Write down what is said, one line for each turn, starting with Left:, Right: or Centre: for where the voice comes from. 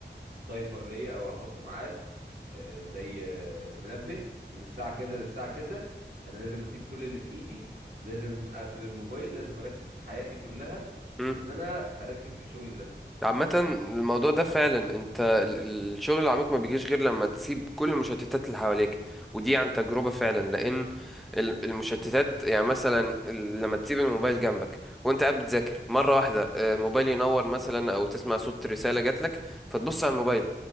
Right: تايمر ليا او هحط ميعاد آه، زي آه، منبه من الساعه كذا للساعه كذا انا لازم اسيب كل اللي في ايدي لازم اقفل الموبايل لازم اركز في حياتي كلها
Centre: امم
Right: ان انا اركز في الشغل ده
Centre: عامة الموضوع ده فعلا انت ال- ال- الشغل العميق ما بيجيش غير لما تسيب كل المشتتات اللي حواليك ودي عن تجربة فعلا لان ال- المشتتات يعني مثلا ال- لما تسيب الموبايل جنبك وانت قاعد بتذاكر مرة واحدة آه، الموبايل ينور مثلا او تسمع صوت رسالة جاتلك فتبص على الموبايل